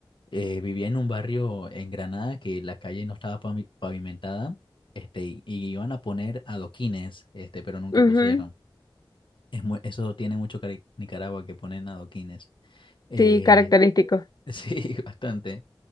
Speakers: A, on the left; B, on the left.
A: eh, vivía en un barrio en Granada que la calle no estaba pami- pavimentada, este, y, y iban a poner adoquines, este, pero nunca
B: ujú,
A: pusieron. Es mu- eso tiene mucho cari- Nicaragua que ponen adoquines. Eh,
B: Sí, característico.
A: <laughs> sí, bastante.